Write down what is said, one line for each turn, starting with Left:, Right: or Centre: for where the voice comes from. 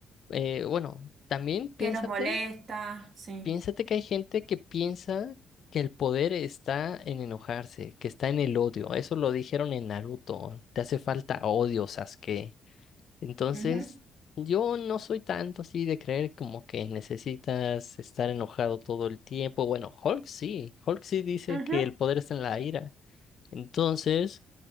Left: eh, bueno, también piénsate,
Right: ¿Qué nos molesta? Sí.
Left: piénsate que hay gente que piensa que el poder está en enojarse, que está en el odio. Eso lo dijeron en Naruto. Te hace falta odio, Sasuke. Entonces,
Right: Ujú,
Left: yo no soy tanto así de creer como que necesitas estar enojado todo el tiempo. Bueno, Hulk sí. Hulk sí dice
Right: ujú,
Left: que el poder está en la ira. Entonces,